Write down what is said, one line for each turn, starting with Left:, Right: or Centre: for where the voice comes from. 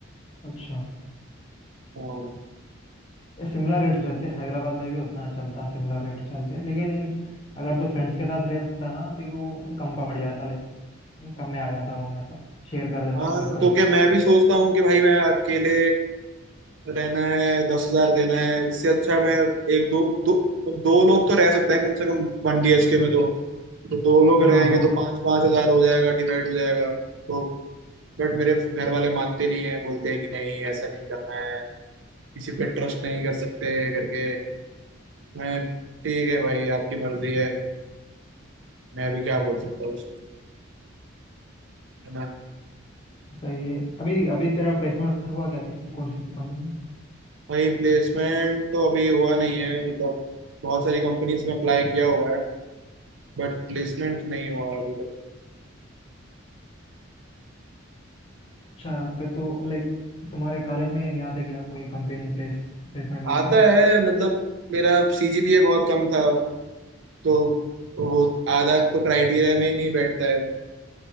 Left: अच्छा
Right: हाँ
Left: ये सिमिलर रेट्स रहते हैं हैदराबाद में भी उतना चलता सिमिलर रेट्स चलते हैं लेकिन अगर तू फ्रेंड्स के साथ रहता ना तो वो कम पड़ जाता लाइक कम में आ जाता रूम ऐसा शेयर कर देना
Right: हाँ
Left: पूरा प्राइस
Right: तो क्या मैं भी सोचता हूँ कि भाई मैं अकेले रहना है दस हजार देना है इससे अच्छा मैं एक दो दो दो लोग तो रह सकते हैं कम से कम वन बी एच के में तो, तो दो लोग
Left: हाँ
Right: रहेंगे
Left: दो
Right: तो
Left: लोग
Right: पाँच पाँच हजार हो जाएगा डिवाइड हो जाएगा तो बट मेरे घर वाले मानते नहीं है बोलते हैं कि नहीं ऐसा नहीं करना है किसी पे ट्रस्ट नहीं कर सकते करके मैं ठीक है भाई आपकी मर्जी है मैं भी क्या बोल सकता हूँ उसको है ना
Left: सही है अभी अभी तेरा प्लेसमेंट हुआ क्या किस कौन सी कंपनी में
Right: भाई प्लेसमेंट तो अभी हुआ नहीं है मतलब बहुत सारी कंपनीज में अप्लाई किया हुआ है बट प्लेसमेंट नहीं हुआ अभी तक
Left: अच्छा तो तो लाइक तुम्हारे कॉलेज में नहीं आता क्या कोई कंपनी प्लेस प्लेसमेंट के
Right: आता
Left: लिए
Right: है मतलब मेरा सीजीपीए बहुत कम था तो वो आधा तो क्राइटेरिया में ही नहीं बैठता है